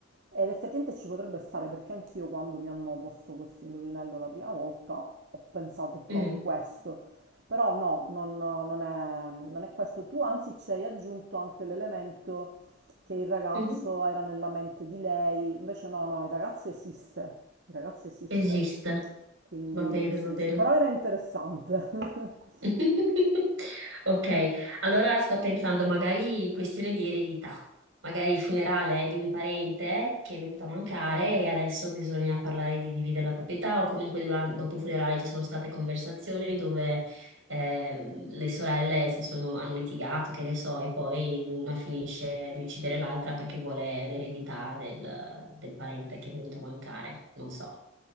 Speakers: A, on the right (about 60°); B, on the right (about 85°).
A: ed effettivamente ci potrebbe stare perché anch'io quando mi hanno posto questo indovinello la prima volta ho pensato proprio
B: Mm.
A: questo, però no, non, non è, non è questo. Tu anzi ci hai aggiunto anche l'elemento che il ragazzo
B: Mhm.
A: era nella mente di lei, invece no, no, il ragazzo esiste, il ragazzo esiste,
B: esiste.
A: quindi
B: Va bene,
A: sì,
B: va bene.
A: sì, però era interessante. <laughs>
B: <laughs> Ok, allora sto pensando magari questione di eredità, magari il funerale è di un parente che è venuto a mancare e adesso bisogna parlare di dividere la proprietà o comunque dura- dopo il funerale ci sono state conversazioni dove eh, le sorelle si sono, hanno litigato, che ne so, e poi una finisce di uccidere l'altra perché vuole l'eredità del, del parente che è venuto a mancare, non so.